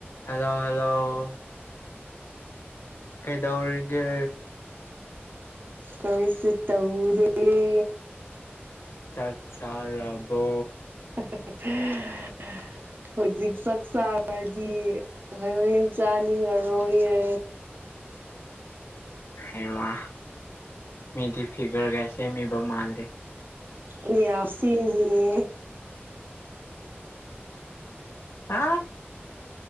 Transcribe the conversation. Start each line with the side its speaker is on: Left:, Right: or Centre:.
Left: Hello hello. ꯀꯩꯗꯧꯔꯤꯒꯦ꯫
Right: ꯀꯔꯤꯁꯨ ꯇꯧꯗꯦ꯫ ꯑꯦ꯫
Left: ꯆꯥꯛ ꯆꯥꯔꯕꯣ꯫
Right: <unintelligible> ꯍꯧꯖꯤꯛ ꯆꯥꯛ ꯆꯥꯔꯗꯤ ꯍꯣꯏ ꯍꯣꯔꯦꯟ ꯆꯥꯅꯤꯡꯉꯔꯣꯏꯌꯦ꯫
Left: ꯍꯩꯃꯥ ꯃꯤꯗꯤ ꯐꯤꯒꯔꯒ ꯁꯦꯝꯃꯤꯕ ꯃꯥꯜꯂꯦ꯫
Right: ꯑꯩꯌꯥ ꯁꯦꯝꯃꯤꯌꯦ꯫
Left: ꯑ